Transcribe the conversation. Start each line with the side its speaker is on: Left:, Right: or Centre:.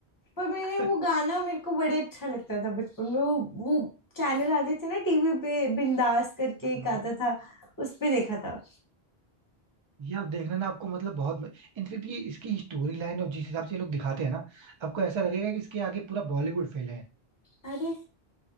Left: पर मैंने
Right: <laughs>
Left: वो गाना मेरे को बड़े अच्छा लगता था बचपन में वो वो चैनल आते थे ना टीवी पे बिंदास करके
Right: हाँ
Left: एक
Right: हाँ
Left: आता था उस पे देखा था
Right: ये आप देखना ना आपको मतलब बहुत इनफेक्ट ये इसकी स्टोरी लाइन और जिस हिसाब से ये लोग दिखाते हैं ना आपको ऐसा लगेगा कि इसके आगे पूरा बॉलीवुड फेल है
Left: अरे